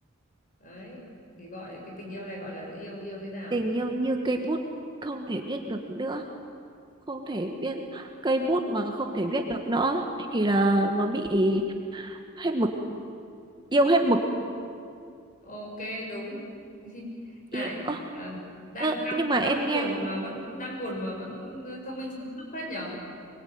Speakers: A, on the left; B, on the right.
A: Đấy, thì gọi cái tình yêu này gọi là yêu yêu thế nào?
B: tình yêu như cây bút không thể viết được nữa không thể biết cây bút mà không thể viết được nữa thì là nó bị hết mực yêu hết mực
A: Ok đúng <laughs> này
B: yêu ơ,
A: ờ, đang
B: ơ,
A: đang
B: nhưng mà
A: đang
B: em nghe
A: buồn mà vẫn đang buồn mà vẫn thông minh sáng suốt phết nhở